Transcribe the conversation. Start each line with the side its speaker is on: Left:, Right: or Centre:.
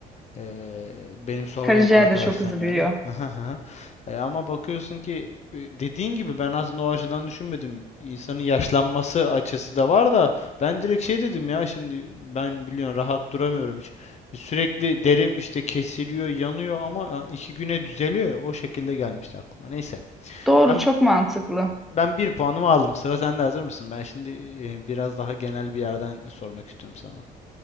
Left: Ee, benim sorduğum
Centre: Karaciğer
Left: arkadaşlarım
Centre: de çok hızlı
Left: yani.
Centre: büyüyor.
Left: <laughs> Ee, ama bakıyorsun ki e, dediğin gibi ben aslında o açıdan düşünmedim. İnsanın yaşlanması açısı da var da ben direkt şey dedim ya şimdi ben biliyorsun rahat duramıyorum hiç. Sürekli derim işte kesiliyor, yanıyor ama yani iki güne düzeliyor ya, o şekilde gelmişti aklıma. Neyse.
Centre: Doğru,
Left: Ben
Centre: çok mantıklı.
Left: ben bir puanımı aldım. Sıra sende hazır mısın? Ben şimdi e, biraz daha genel bir yerden sormak istiyorum sana.